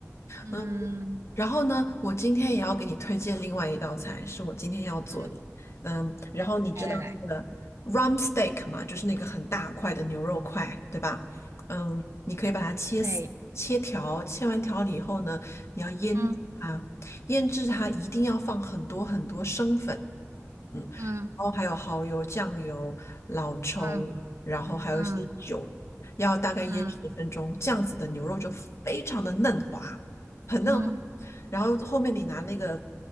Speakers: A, on the right (about 65°); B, on the left (about 60°).
A: 嗯
B: 嗯然后呢，我今天也要给你推荐另外一道菜，是我今天要做的。
A: 嗯
B: 嗯，然后你知道那个
A: 来来来，
B: rump steak 嘛，就是那个很大块的牛肉块，对吧？嗯，你可以把它切丝切条，
A: 对，
B: 切完条了以后呢，你要腌制它腌制它一定要放很多很多生粉，
A: 嗯
B: 嗯，然后还有蚝油、
A: 嗯
B: 酱油、老抽，
A: 嗯
B: 然后还有一些酒，
A: 嗯
B: 要大概腌十分钟，
A: 嗯
B: 这样子的牛肉就非常的嫩滑，很嫩滑。
A: 嗯，
B: 然后后面你拿那个